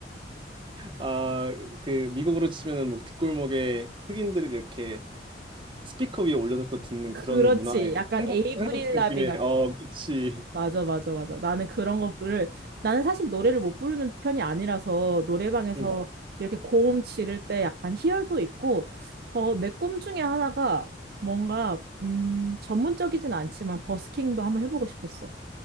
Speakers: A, on the right (about 25°); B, on the right (about 55°).
A: 아, 그 미국으로 치면은 뭐 뒷골목에 흑인들이 이렇게 스피커 위에 올려놓고 듣는
B: 그렇지.
A: 그런 문화의
B: 약간
A: 한국
B: 에이브릴
A: 한국 느낌의
B: 라빈
A: 어 그치.
B: 맞아, 맞아, 맞아. 나는 그런 거를, 나는 사실 노래를 못 부르는 편이 아니라서 노래방에서
A: 음.
B: 이렇게 고음 지를 때 약간 희열도 있고, 어, 내 꿈 중에 하나가 뭔가, 음, 전문적이진 않지만 버스킹도 한번 해보고 싶었어.